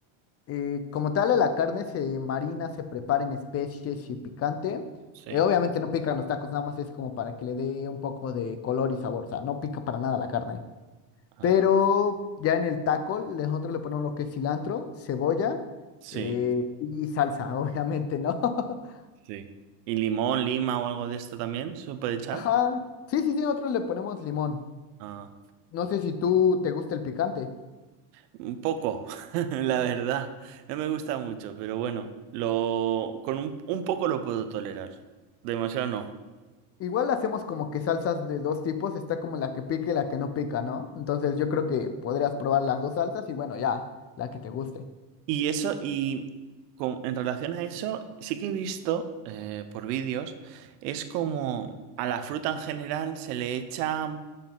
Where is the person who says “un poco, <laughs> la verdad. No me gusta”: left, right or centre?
Right